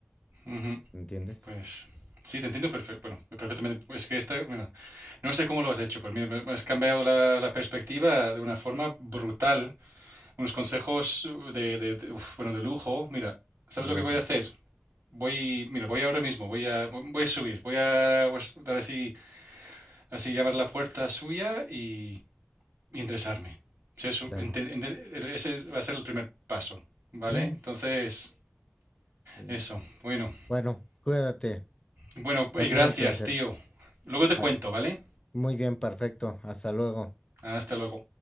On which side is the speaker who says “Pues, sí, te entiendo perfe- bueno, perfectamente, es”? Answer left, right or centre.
Right